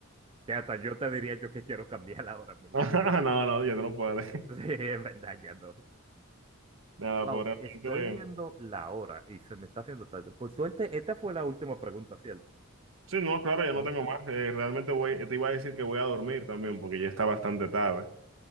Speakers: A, on the right (about 25°); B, on the right (about 70°).
A: Que hasta yo te diría yo que quiero cambiarla ahora mismo.
B: <laughs>
A: <laughs>
B: No, no, yo no puedo. <laughs>
A: Sí, en verdad ya no.
B: Nada,
A: Wow,
B: por
A: estoy
B: realmente.
A: viendo la hora y se me está haciendo tarde. Por suerte, esta fue la última pregunta, ¿cierto?
B: Sí, no, claro, ya no
A: Entonces,
B: tengo más. Eh, realmente voy, te iba a decir que voy a dormir también porque ya está bastante tarde.